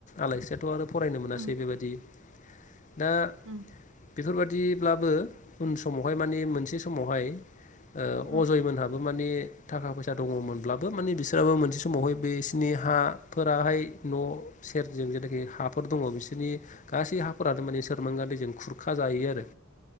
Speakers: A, on the left; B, on the right.
A: आलास्रियाथ' आरो। फरायनो मोनासै
B: उम
A: बेबादि। दा
B: उम
A: बेफोरबादिब्लाबो। उन समावहाय माने मोनसे समावहाय। ओ-
B: उम
A: अजय मोनहाबो। माने। थाखा फैसा दङमोनब्लाब बो माने बिसोराबो मोनसे समावहाय बे नि हा फोराहाय न' सेरजों जेनाखि हाफोर दङ बिसोरनि। गासै हाफोरानो माने सोरमांगा दैजों खुरखा जायो
B: उम
A: आरो।